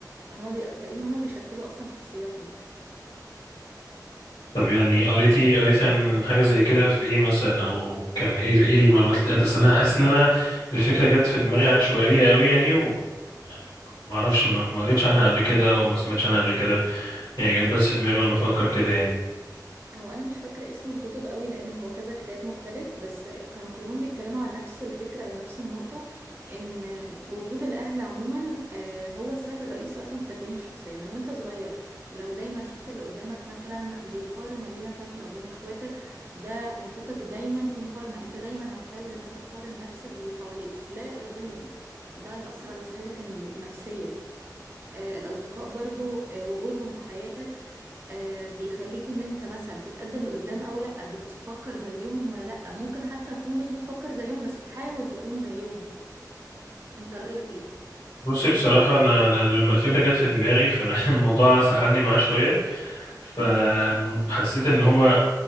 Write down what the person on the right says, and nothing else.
هما بي... تقريبا هما بيشكلوا اصلا شخصياتنا
هو انا مش فاكره اسم الكتب قوي لان هو كذا كتاب مختلف بس كانوا كلهم بيتكلموا على نفس الفكره او نفس النقطه ان وجود الاهل عموما آه، هو السبب الرئيسي اصلا في تكوين الشخصيه من وانت صغير لو دايما شفت اللي قدامك مثلا بيقارن ما بينك مثلا او بين اخواتك ده هيحطك دايما في مقارنه انت دايما هتحاول ان انت تقارن نفسك باللي حواليك لا اراديا وده هيأثر على صحتك النفسيه آه، الأصدقاء برضو آه، وجودهم في حياتك آه، بيخليك ان انت مثلا تتقدم لقدام او لأ بتفكر زيهم ولا لأ ممكن حتى تكون مش بتفكر زيهم بس بتحاول تكون زيهم انت رأيك ايه؟